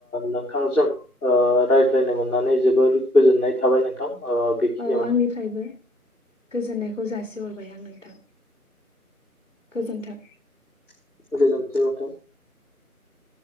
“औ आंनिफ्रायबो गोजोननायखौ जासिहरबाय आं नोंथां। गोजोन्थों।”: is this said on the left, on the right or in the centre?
Left